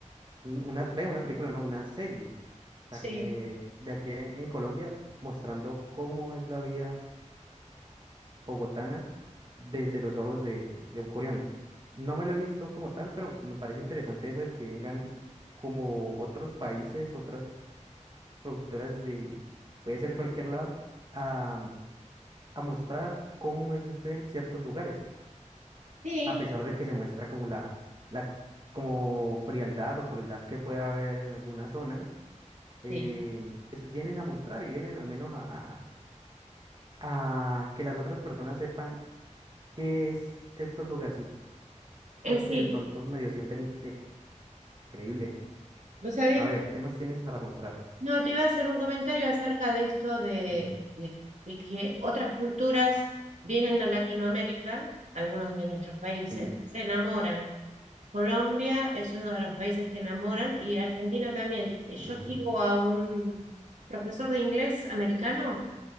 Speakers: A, on the right; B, on the right.
A: Un- Una, ve, una película, no, una serie.
B: sí,
A: sac- eh, de aquí en Colombia, mostrando cómo es la vida bogotana desde los ojos de, de- de un coreano. No me lo he visto como tal, pero me parece interesante eso de que vengan como otros países, otras productoras de, puede ser cualquier lado, a, a mostrar cómo ellos ven ciertos lugares.
B: sí,
A: a pesar de que se muestra como la, la como frialdad o crueldad que puede haber en algunas zonas, eh,
B: sí.
A: pues vienen a mostrar y vienen al menos a, a- a que las otras personas sepan qué es estos lugarcitos
B: Eh, sí,
A: que de pronto medio sienten interés. Increíble.
B: ¿vos sabés?
A: A ver, ¿qué más tienes para mostrarme?
B: No, te iba a hacer un comentario acerca de esto de,
A: Ujú.
B: de- de que otras culturas vienen a Latinoamérica, algunos de nuestros países,
A: Sí,
B: se enamoran. Colombia es uno de los países que enamoran y Argentina también. Eh, Yo
A: ujú,
B: sigo a un profesor de inglés americano